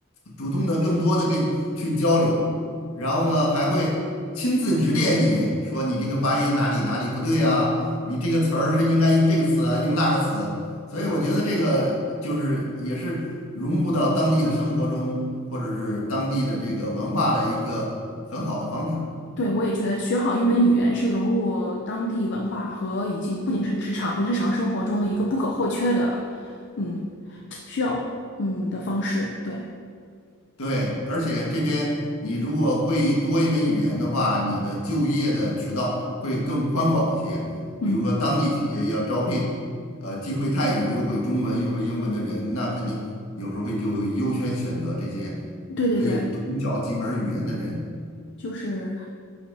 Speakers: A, on the left; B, on the left.
A: 主动的更多的跟你去交流，然后呢，还会亲自指点你说你这个发音哪里哪里不对啊，你这个词儿是应该用这个词啊，用那个词。所以我觉得这个就是也是融入到当地的生活中，或者是当地的这个文化的一个很好的方法。
B: 对，我也觉得学好一门语言是融入当地文化和以及不仅是职场和日常生活中的一个不可或缺的，嗯，需要嗯的方式。对，
A: 对，而且这边你如果会多一门语言的话，你的就业的渠道会更宽广一些。
B: 嗯，
A: 比如说当地企业要招聘，呃，既会泰语又会中文又会英文的人，那肯定有时候会就会优先选择这些
B: 对对对，
A: 可以通晓几门语言的人。
B: 就是